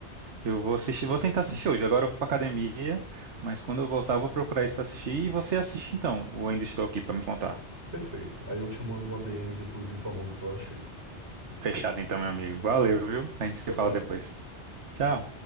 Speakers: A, on the right; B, on the right.
A: eu vou assistir, vou tentar assistir hoje. Agora eu vou pra academia, mas quando eu voltar eu vou procurar isso pra assistir e você assiste então. O ainda estou aqui pra me contar.
B: Perfeito. Aí eu te mando um ADM depois informando o que eu achei.
A: Fechado então, meu amigo. Valeu, viu? A gente se
B: Tchau,
A: fala
B: tchau.
A: depois. Tchau.